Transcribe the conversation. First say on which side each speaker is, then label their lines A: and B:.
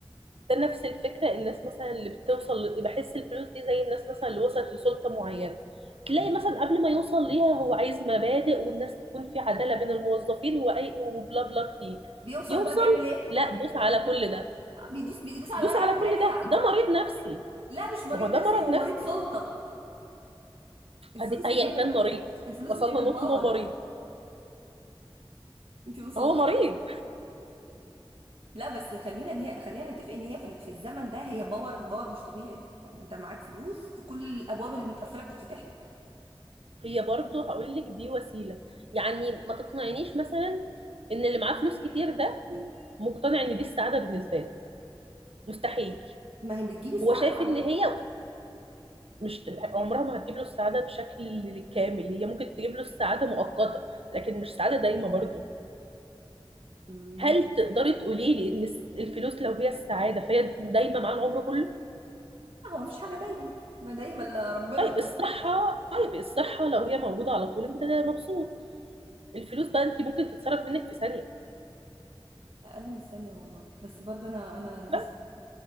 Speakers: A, on the right (about 90°); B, on the right (about 70°).
A: ده نفس الفكره الناس مثلا اللي بتوصل ل- بحس الفلوس دي زي الناس مثلا اللي وصلت لسلطه معينه تلاقي مثلا قبل ما يوصل ليها هو عايز مبادئ والناس تكون في عداله بين الموظفين واي وبلا بلا كتير
B: بيوصل
A: يوصل
B: بقى بيعمل ايه
A: لا دوس على كل ده
B: بيدوس بيدوس على
A: دوس
B: رقبة
A: على كل
B: اي
A: ده
B: حد
A: ده مريض نفسي
B: لا مش مريض
A: ما هو
B: نفسي
A: ده مرض
B: هو
A: نفسي
B: مريض سلطة الفلوس
A: أدي- ايا
B: بتعمل
A: كان مريض
B: الفلوس
A: وصلنا
B: بتعمل
A: نقطة
B: باور
A: انه مريض
B: انت مصممة
A: ما هو مريض
B: لا بس خلينا ان هي خلينا نتفق ان هي في, ال- في الزمن ده هي باور باور مش طبيعي يعني انت معاك فلوس كل الابواب اللي متقفله بتتفتح لك
A: هي برضه هقول لك دي وسيلة يعني ما تقنعنيش مثلا ان اللي معاه فلوس كتير ده مقتنع ان دي السعادة بالنسبة له مستحيل
B: ما هي بتجيب السعاده
A: هو شايف
B: بعد
A: ان
B: كده
A: هي مش عمرها ما هتجيب له السعادة بشكل كامل هي ممكن تجيب له السعادة مؤقتة لكن مش سعادة دايمة برضه
B: ممكن
A: هل تقدري تقولي لي ان الس- الفلوس لو هي السعادة فهي دايمة مع العمر كله
B: هو مفيش حاجه دايما ما دايما الا ربنا
A: طيب الصحة طيب الصحة لو هي موجودة على طول انت مبسوط الفلوس بقى انت ممكن تتصرف منك في ثانية
B: اقل من الثانيه والله بس برضه انا انا لسه
A: بس